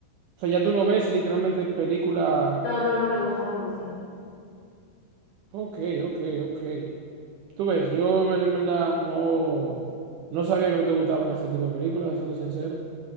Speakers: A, on the right (about 85°); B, on the left (about 80°).
A: O sea, ya tú no ves literalmente película...
B: No, no, no me gusta, no me gusta.
A: Ok, ok, ok. Tú ves, yo en verdad en verdad, no, no sabía que no te gustaban ese tipo de películas, siendo sincero.